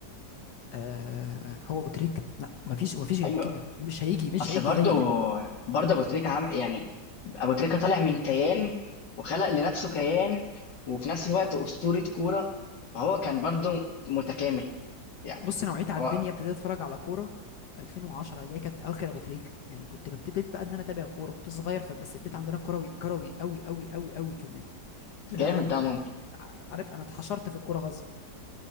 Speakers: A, on the left; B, on the left.
A: آه هو ابو تريكه لا مفيش مفيش غير
B: ايوه
A: كده مش هيجي مش
B: اصل
A: هيجي
B: برضو
A: زي كده
B: برضه ابو تريكه عمل يعني ابو تريكة طالع من كيان وخلق لنفسه كيان وفي نفس الوقت اسطوره كوره فهو كان برضو متكامل يعني
A: بص انا وعيت على
B: هو
A: الدنيا ابتديت اتفرج على كوره 2010 اللي هي كانت اخر ابو تريكه يعني كنت ببتديت بقى ان انا اتابع كوره كنت صغير فبس البيت عندنا كروي كروي قوي قوي قوي قوي كمان فانا
B: جامد
A: كنت
B: ده ماما
A: ع- عارف انا اتحشرت في الكوره غصب